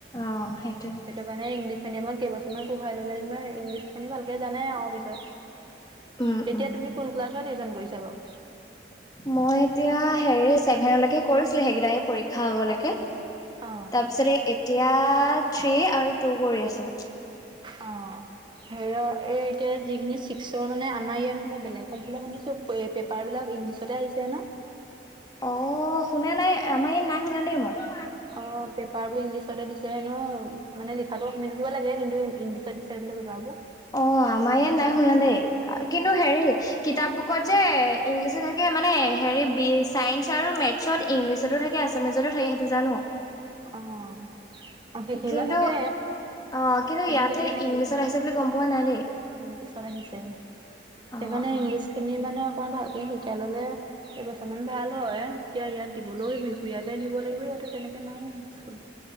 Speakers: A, on the left; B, on the right.
A: অ' সেইটোৱে।
B: সেইটো কাৰণে ইংলিছ মিডিয়ামত কেইবছমান পঢ়াই ল'লে মানে ইংলিছ খিনি ভালকে জানে আৰু
A: অ
B: পিছত,
A: উম
B: এতিয়া
A: উম
B: তুমি কোন ক্লাছচ আয়োজন কৰিছা বাৰু।
A: মই এতিয়া হেৰি ছেভেনলৈকে কৰিছিলো সেইকেইটা পৰীক্ষা আগলৈকে।
B: অ
A: তাৰ পিছতে এতিয়া থ্ৰী আৰু টু কৰি আছো।
B: অ' হেৰি এই এতিয়া যিখিনি ছিক্সৰ মানে আমাৰ ইয়াৰ নহয় বেলেগত শুনিছো চ'ব এই পেপাৰবিলাক ইংলিছতে আহিছে হেনো?
A: অ' শুনা নাই আমাৰ ইয়াত নাই শুনা দেই মই।
B: অ' পেপাৰ বোৰ ইংলিছতে দিছে হেনো মানে লিখাটো অসমীয়াত লিখিব লাগে। কিন্তু ইংলিছত দিছে বোলে পেপাৰ বোৰ।
A: অ' আমাৰ ইয়াত নাই শুনা দেই, কিন্তু হেৰি কিতাপ বু কত যে ইংলিছো থাকে মানে হেৰি বি চাইন্স আৰু মেথছত ইংলিছতো থাকে আছামীচতো থাকে সেইটো জানো।
B: অ'। আৰু সেইখিন
A: কিন্তু
B: বাৰু থাকে
A: অ'
B: সেইখিনি
A: কিন্তু ইয়াতে
B: তেনেকে থাকে।
A: ইংলিছত
B: কিন্তু
A: আহিছে বুলি গম পোৱা নাই দেই
B: ইংলিছত আহিছে।
A: অ'
B: সেইকাৰণে
A: অ'।
B: ইংলিছ খিনি মানে অকমান ভালকে শিকাই ল'লে কেইবছমান ভাল হয়। এতিয়া ইয়াত দিবলৈওঁ বিহুপুৰীয়াতে দিব লাগিব, ইয়াতো তেনেকে নাই স্কুল।